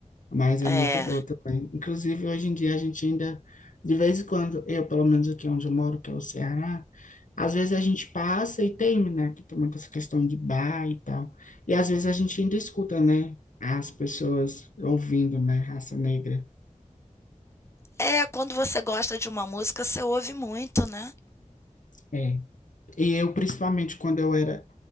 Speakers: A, on the left; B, on the left.
A: Mas é
B: É.
A: muito boa também. Inclusive, hoje em dia a gente ainda, de vez em quando, eu, pelo menos aqui onde eu moro, que é o Ceará, às vezes a gente passa e tem, né, que tem muita essa questão de bar e tal. E às vezes a gente ainda escuta, né, as pessoas ouvindo, né, raça negra.
B: É, quando você gosta de uma música, você ouve muito, né?
A: É. E eu, principalmente quando eu era,